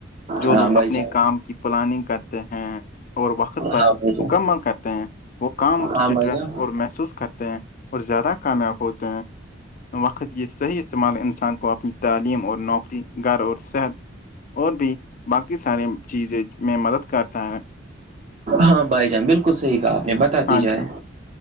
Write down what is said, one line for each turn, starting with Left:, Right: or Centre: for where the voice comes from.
Left: جو
Right: ہاں بھائی ہاں
Left: لوگ
Right: بھائی
Left: اپنے
Right: جان
Left: کام کی پلاننگ کرتے ہیں اور وقت پر
Right: ہاں بھائی جان
Left: مکمل کرتے ہیں وہ کام
Right: ہاں
Left: سٹریس
Right: بھائی جان
Left: اور محسوس کرتے ہیں اور زیادہ کامیاب ہوتے ہیں وقت یہ صحیح استعمال انسان کو اپنی تعلیم اور نوکری گھر اور صحت اور بھی باقی ساریے چیزیں میں مدد کرتا ہے
Right: ہاں بھائی جان بالکل صحیح کہا آپ
Left: اس
Right: نے بتاات
Left: ہاں
Right: دی جائے
Left: جی بھائی